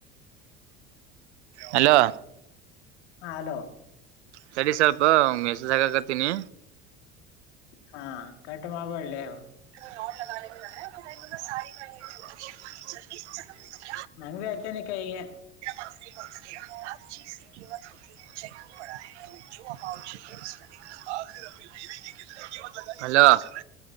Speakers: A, on the right; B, on the left.
A: ಹಲೋ
B: ಹಾ ಅಲೋ
A: ಸರಿ ಸ್ವಲ್ಪ ಮೆಸೇಜ್ ಹಾಕ ಕತೀನಿ
B: ಹಾ ಕಟ್ ಮಾಡಬೇಡಲೇ
A: <unintelligible>
B: <unintelligible>
A: <unintelligible> <unintelligible> ರಾಜ